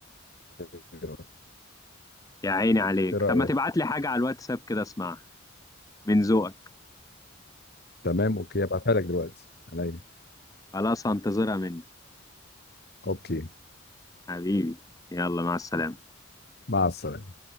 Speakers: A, on the left; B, on the left.
A: خيرت
B: يا عيني عليك
A: ايه رايك
B: طب ما تبعت لي حاجة على الواتساب كده اسمعها من ذوقك
A: تمام اوكي هبعتها لك دلوقتي عليا
B: خلاص هنتظرها منك
A: اوكي
B: حبيبي يلا مع السلامة
A: مع السلامه